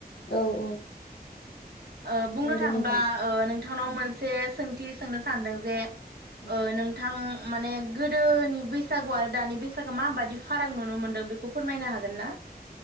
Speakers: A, on the left; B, on the right.
A: औ औ
B: ओ बुंनो
A: नंगौ
B: थाङो
A: नोंथां
B: ओ नोंथांनाव मोनसे सोंथि सोंनो सानदों जे
A: औ
B: ओ नोंथां माने गोदोनि बैसागु आरो दानि बैस सोगो माबायदि फाराग नुनो मोन्दों बेखौ फोरमायनो हागोन ना?